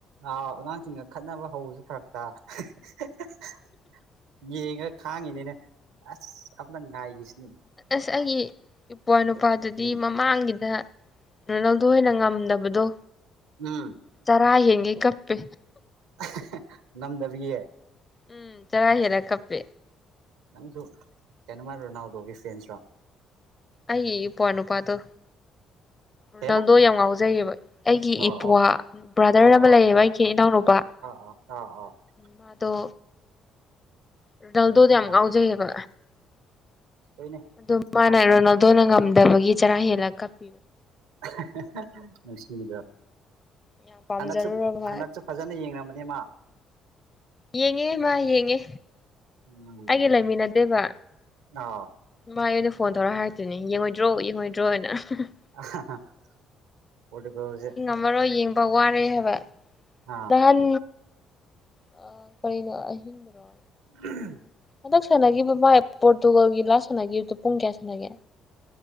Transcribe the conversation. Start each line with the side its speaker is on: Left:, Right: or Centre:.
Right: ꯑꯥ ꯑꯉꯥꯡꯁꯤꯡꯒ ꯈꯠꯅꯕ ꯍꯧꯕꯁꯨ ꯐꯔꯛꯇ <unintelligible> ꯌꯦꯡꯉ ꯈꯥꯡꯉꯤꯅꯤꯅꯦ ꯑꯁ ꯑꯝꯇ ꯉꯥꯏꯈꯤꯁ
Left: ꯑꯁ ꯑꯩꯒꯤ ꯏꯄ꯭ꯋꯥ ꯅꯨꯄꯥꯗꯨꯗꯤ
Right: ꯎꯝ
Left: ꯃꯝ ꯃꯥꯡꯒꯤꯗ <unintelligible> ꯍꯣꯏꯅ ꯉꯝꯗꯕꯗꯣ
Right: ꯎꯝ
Left: ꯆꯔꯥ ꯍꯦꯟꯒꯩ ꯀꯞꯄꯦ
Right: <unintelligible> ꯉꯝꯗꯕꯤ ꯌꯦ
Left: ꯎꯝ ꯆꯔꯥ ꯍꯦꯜꯂ ꯀꯞꯄꯦ
Right: ꯅꯪꯁꯨ ꯀꯩꯅꯣꯃ ꯔꯣꯅꯥꯜꯗꯣꯒꯤ ꯐꯦꯟꯁꯔꯣ
Left: ꯑꯩꯏ ꯏꯄ꯭ꯋꯥ ꯅꯨꯄꯥꯗꯣ
Right: ꯀꯩꯕ
Left: ꯅꯜꯗꯣ ꯌꯥꯝ ꯉꯥꯎꯖꯩꯌꯦꯕ ꯑꯩꯒꯤ
Right: ꯑꯣ
Left: ꯏꯄ꯭ꯋꯥ
Right: ꯑꯣ
Left: ꯕ꯭ꯔꯥꯗꯔ
Right: ꯑꯣ
Left: ꯑꯃ
Right: ꯑꯣ
Left: ꯂꯩꯌꯦꯕ ꯑꯩꯒꯤ ꯏꯅꯥꯎꯅꯨꯄꯥ
Right: <unintelligible>
Left: ꯃꯥꯗꯣ ꯔꯣꯅꯜꯗꯣꯗꯣ ꯌꯥꯝ
Right: ꯑꯥ
Left: ꯉꯥꯎꯖꯩꯌꯦꯕ
Right: ꯍꯣꯏꯅꯦ
Left: ꯑꯗꯣ ꯃꯥꯅ
Right: ꯌꯥꯝ
Left: ꯔꯣꯅꯜꯗꯣꯅ ꯉꯝꯗꯕꯒꯤ ꯆꯔꯥ ꯍꯦꯜꯂ ꯀꯞꯄꯤ
Right: <unintelligible> ꯅꯨꯡꯁꯤꯗ꯭ꯔ
Left: ꯌꯥꯝ ꯄꯥꯝꯖꯔꯨꯔꯕ
Right: ꯍꯟꯗꯛ ꯆꯨꯞ
Left: ꯃꯥꯜꯂꯦ
Right: ꯍꯟꯗꯛꯆꯨꯨꯞ ꯐꯖꯅ ꯌꯦꯡꯉꯝꯃꯅꯦ ꯃꯥ
Left: ꯌꯦꯡꯉꯦ ꯃꯥ ꯌꯦꯡꯉꯦ
Right: ꯎꯝ
Left: ꯑꯩꯒ ꯂꯩꯃꯤꯟꯅꯗꯦꯕ
Right: ꯅꯥꯎ
Left: ꯃꯥꯥ ꯑꯩꯟꯗ ꯐꯣꯟ ꯇꯧꯔ ꯍꯥꯏꯔꯛꯇꯏꯅꯦ ꯌꯦꯡꯉꯣꯏꯗ꯭ꯔꯣ ꯌꯦꯡꯉꯣꯏꯗ꯭ꯔꯣ ꯑꯅ <unintelligible>
Right: <unintelligible> ꯄꯣꯔꯗꯨꯒꯜꯖꯦ
Left: ꯉꯝꯃꯥꯔꯣꯏ ꯌꯦꯡꯕ ꯋꯥꯔꯦ ꯍꯥꯏꯕ
Right: ꯑꯥ
Left: ꯅꯍꯥꯟ ꯎꯝ ꯀꯔꯤꯅꯣ ꯑꯍꯤꯡꯗꯥꯔꯣ
Right: ꯎꯝ
Left: ꯍꯟꯗꯛ ꯁꯥꯟꯅꯈꯤꯕ ꯕꯥꯢ ꯄꯣꯔꯇꯨꯒꯜꯒꯤ ꯂꯥꯁ ꯁꯥꯟꯅꯈꯤꯕꯗꯣ ꯄꯨꯡ ꯀꯌꯥ ꯁꯥꯟꯅꯒꯦ